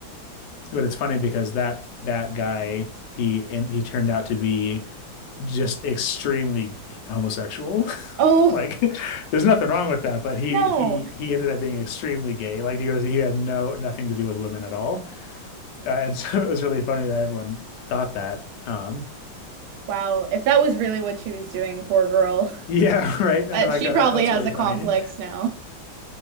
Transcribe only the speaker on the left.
But it's funny because that that guy he and he turned out to be just extremely homosexual. <laughs>
Like there's nothing wrong with that,
but he
he he ended up being extremely gay. Like he was he had no nothing to do with women at all. Uh, and <laughs> so it was really funny that everyone thought that. Um
yeah, <laughs> right. And
like
uh,
that that's
really
funny.